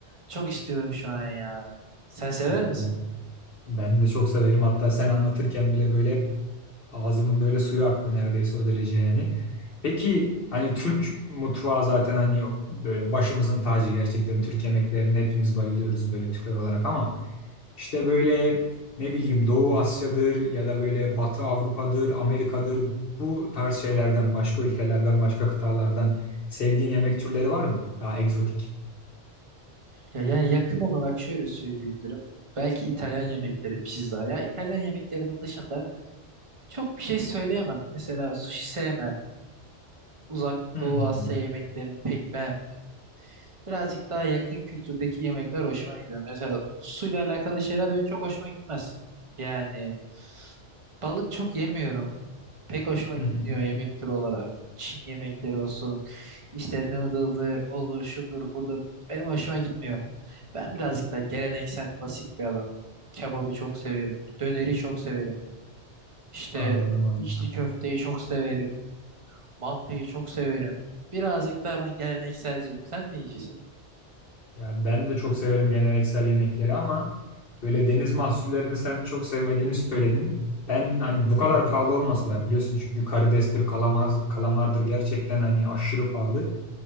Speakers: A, on the right (about 30°); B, on the left (about 55°).
A: Çok istiyorum şu an ya. Sen sever
B: Oo.
A: misin?
B: Ben de çok severim. Hatta sen anlatırken bile böyle ağzımın böyle suyu aktı neredeyse o derece yani. Peki hani Türk mutfağı zaten hani böyle başımızın tacı gerçekten Türk yemeklerine hepimiz bayılıyoruz böyle Türkler olarak ama işte böyle ne bileyim Doğu Asya'dır ya da böyle Batı Avrupa'dır, Amerika'dır bu tarz şeylerden başka ülkelerden başka kıtalardan sevdiğin yemek türleri var mı? Daha egzotik.
A: Ya yani yakın olarak şöyle söyleyebilirim. Belki İtalyan yemekleri pizza. Ya İtalyan yemeklerinin dışında çok bir şey söyleyemem. Mesela sushi sevmem. Uzak
B: Hmm.
A: Doğu Asya yemeklerini pek beğenmem. Birazcık daha yakın kültürdeki yemekler hoşuma gidiyor. Mesela suyla alakalı şeyler benim çok hoşuma gitmez. Yani balık çok yemiyorum. Pek hoşuma
B: Hı
A: gitmiyor
B: hı.
A: yemek türü olarak. Çin yemekleri olsun, işte noodle'dır, olur, şudur, budur. Benim hoşuma gitmiyor. Ben birazcık daha geleneksel, klasik bir adamım. Kebabı çok severim. Döneri çok severim. İşte
B: Anladım anladım.
A: içli köfteyi çok severim. Mantıyı çok severim. Birazcık daha ben gelenekselciyim. Sen ne yiyicisin?
B: Ya ben de çok severim geleneksel yemekleri ama böyle deniz mahsullerini sen çok sevmediğini söyledin. Ben hani bu kadar pahalı olması var biliyorsun çünkü karidestir, kalamaz, kalamardır gerçekten hani aşırı pahalı.